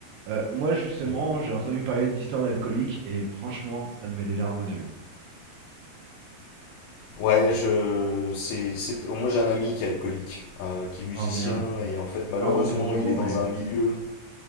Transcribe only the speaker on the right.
Euh, moi, justement,
j'ai entendu parler d'histoires d'alcooliques et franchement, ça me met les larmes aux yeux.
Oh merde.
Pardon pour le gros
mot,
mais.